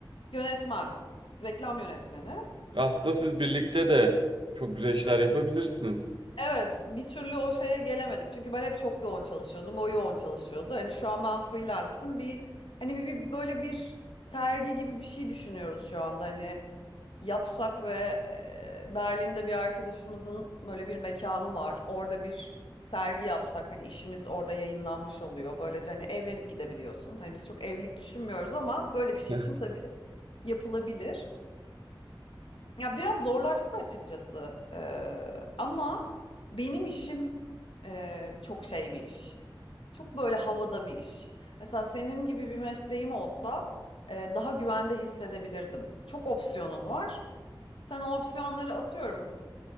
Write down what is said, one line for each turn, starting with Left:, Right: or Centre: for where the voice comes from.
Left: Yönetmen, reklam yönetmeni.
Right: Aslında siz birlikte de çok güzel işler yapabilirsiniz.
Left: Evet, bir türlü o şeye gelemedik. Çünkü ben hep çok yoğun çalışıyordum, o yoğun çalışıyordu. Hani şu an ben freelance'ım. Bir hani bir, bir böyle bir sergi gibi bir şey düşünüyoruz şu anda. Hani yapsak ve e, Berlin'de bir arkadaşımızın böyle bir mekanı var. Orada bir sergi yapsak hani işimiz orada yayınlanmış oluyor. Böylece hani evlenip gidebiliyorsun. Hani biz çok evlilik düşünmüyoruz ama böyle bir şey
Right: <laughs>
Left: için tabii yapılabilir. Ya biraz zorlaştı açıkçası. Ee, ama benim işim e, çok şey bir iş. Çok böyle havada bir iş. Mesela senin gibi bir mesleğim olsa e, daha güvende hissedebilirdim. Çok opsiyonun var. Sen o opsiyonları atıyorum.